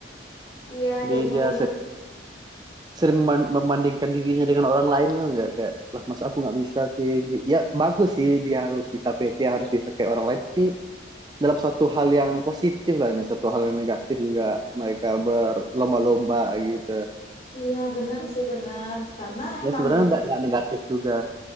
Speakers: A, on the left (about 35°); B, on the right (about 20°).
A: Iya,
B: jadi
A: di umur-umur,
B: dia sering, sering membandingkan dirinya dengan orang lain tuh nggak kayak lah mas aku nggak bisa sih ya bagus sih dia harus bisa pede harus bisa kayak orang lain tapi dalam satu hal yang positif lah ini satu hal yang negatif juga mereka berlomba-lomba gitu
A: iya, benar sih, benar. Karena emang
B: ya sebenarnya
A: di,
B: nggak nggak negatif juga